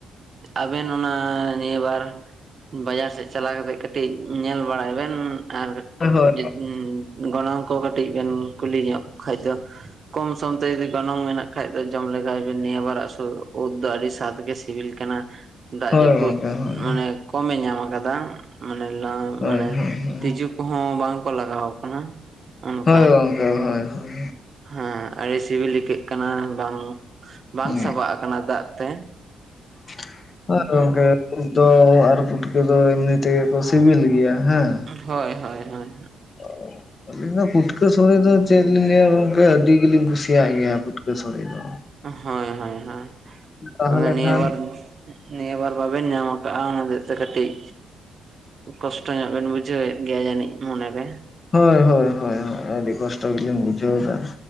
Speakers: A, on the right (about 45°); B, on the left (about 35°).
A: ᱟᱵᱮᱱ ᱚᱱᱟ ᱱᱤᱭᱟᱹᱵᱟᱨ᱾ ᱵᱟᱡᱟᱨ ᱥᱮᱫ ᱪᱟᱞᱟᱣ ᱠᱟᱛᱮᱫ ᱠᱟᱹᱴᱤᱡ ᱧᱮᱞ ᱵᱟᱲᱟᱭ ᱵᱮᱱ ᱟᱨ᱾
B: <unintelligible>
A: ᱦᱩᱸ ᱜᱚᱱᱚᱝ ᱠᱚ ᱠᱟᱹᱴᱤᱡ ᱵᱮᱱ ᱠᱩᱞᱤ ᱧᱚᱜ᱾ ᱠᱷᱟᱡ ᱫᱚ ᱠᱚᱢ ᱥᱚᱢ ᱛᱮ ᱡᱩᱫᱤ ᱜᱚᱱᱚᱝ ᱢᱮᱱᱟᱜ ᱠᱷᱟᱡ ᱫᱚ ᱡᱚᱢ ᱞᱮᱜᱟᱭ ᱵᱤᱱ ᱱᱤᱭᱟᱹ ᱵᱟᱨ ᱟᱜ ᱳᱫᱽ ᱫᱚ ᱟᱹᱰᱤ ᱥᱟᱜᱽ ᱜᱮ ᱥᱤᱵᱤᱞ ᱠᱟᱱᱟ, ᱫᱟᱜ
B: ᱦᱳᱭ
A: ᱡᱟᱹᱯᱩᱫ
B: ᱜᱚᱝᱠᱮ ᱦᱳᱭ
A: ᱢᱟᱱᱮ ᱠᱚᱢ ᱮ ᱧᱟᱢ ᱠᱟᱫᱟ ᱢᱟᱱᱮ ᱞᱟᱝ
B: ᱦᱳᱭ
A: ᱢᱟᱱᱮ
B: ᱦᱳᱭ ᱦᱳᱭ ᱦᱳᱭ
A: ᱛᱤᱸᱡᱩ ᱠᱚ ᱦᱚᱸ ᱵᱟᱝ ᱠᱚ ᱞᱟᱜᱟᱣ ᱠᱟᱱᱟ᱾ ᱚᱱᱠᱟ
B: ᱦᱳᱭ ᱜᱚᱝᱠᱮ ᱦᱳᱭ ᱦᱳᱭ᱾
A: ᱦᱮᱸ ᱟᱹᱰᱤ ᱥᱤᱵᱤᱞ ᱟᱹᱭᱠᱟᱹᱜ ᱠᱟᱱᱟ ᱵᱟᱝ ᱵᱟᱝ
B: ᱦᱩᱸ
A: ᱥᱟᱵᱟᱜ ᱠᱟᱱᱟ ᱫᱟᱜ ᱛᱮ᱾
B: <unintelligible> ᱜᱚᱝᱠᱮ
A: ᱦᱮᱸ
B: ᱳᱫᱽ ᱫᱚ ᱟᱨ ᱯᱩᱴᱠᱟᱹ ᱫᱚ ᱮᱢᱱᱤ ᱛᱮᱜᱮ ᱠᱚ ᱥᱤᱵᱤᱞ ᱜᱮᱭᱟ ᱦᱮᱸ,
A: ᱦᱳᱭ ᱦᱳᱭ ᱦᱳᱭ᱾
B: <inaudible> ᱟᱹᱞᱤᱧ ᱫᱚ ᱯᱷᱩᱴᱠᱟᱹ ᱥᱳᱸᱲᱮ ᱫᱚ ᱪᱮᱫ ᱞᱤᱧ ᱞᱟᱹᱭᱼᱟ ᱜᱚᱝᱠᱮ ᱟᱹᱰᱤ ᱜᱮ ᱞᱤᱧ ᱠᱩᱥᱤᱭᱟᱜ ᱜᱮᱭᱟ ᱯᱷᱩᱴᱠᱟᱹ ᱥᱳᱸᱲᱮ ᱫᱚ᱾
A: ᱦᱳᱭ ᱦᱳᱭ ᱦᱳᱭ
B: ᱛᱟᱦᱚᱞᱮ
A: ᱚᱱᱮ ᱱᱤᱭᱟᱹ
B: ᱠᱷᱟᱱ
A: ᱵᱟᱨ ᱱᱤᱭᱟᱹ ᱵᱟᱨ ᱵᱟᱵᱮᱱ ᱧᱟᱢ ᱠᱟᱜᱼᱟ ‌ᱚᱱᱟ ᱦᱚᱛᱮᱡ ᱛᱮ ‌ ᱠᱟᱹᱴᱤᱡ ᱠᱚᱥᱴᱚ ᱧᱚᱜ ᱵᱮᱱ ᱵᱩᱡᱷᱟᱹᱣ ᱮᱜ ᱜᱮᱭᱟ ᱡᱟᱹᱱᱤᱡ ᱢᱚᱱᱮ ᱨᱮ?
B: ᱦᱳᱭ ᱦᱳᱭ ᱦᱳᱭ ᱦᱳᱭ ᱟᱹᱰᱤ ᱠᱚᱥᱴᱚ ᱜᱮ ᱞᱤᱧ ᱵᱩᱡᱷᱟᱹᱣ ᱫᱟ᱾